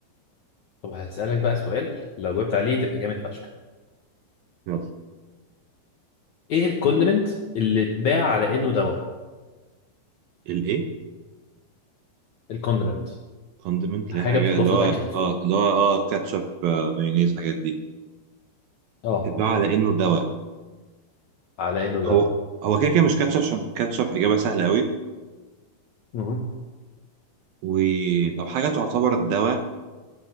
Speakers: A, on the left; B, on the right.
A: طب هسألك بقى سؤال لو جاوبت عليه تبقى جامد فشخ
B: يلا
A: ايه الكوندمنت اللي اتباع على انه دواء
B: الايه؟
A: الكوندمنت
B: فاندمنت
A: حاجة
B: اللي هي حاجة
A: بتضاف
B: اللي هو
A: للاكل في
B: اه
A: ال...
B: اللي هو اه كاتشب آه مايونيز الحاجات دي
A: اه
B: اتباع على انه دواء
A: على انه دواء
B: هو هو كده كده مش كاتشب عشان كاتشب اجابه سهله قوي
A: مهم.
B: ولو حاجه تعتبر الدواء